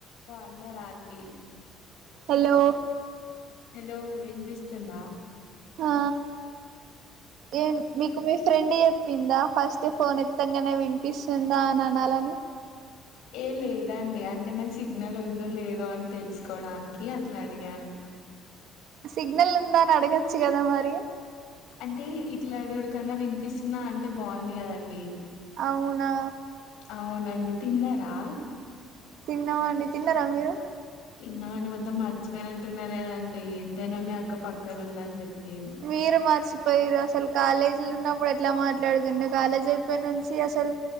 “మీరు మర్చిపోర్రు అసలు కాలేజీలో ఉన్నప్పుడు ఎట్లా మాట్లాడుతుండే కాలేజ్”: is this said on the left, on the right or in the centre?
Right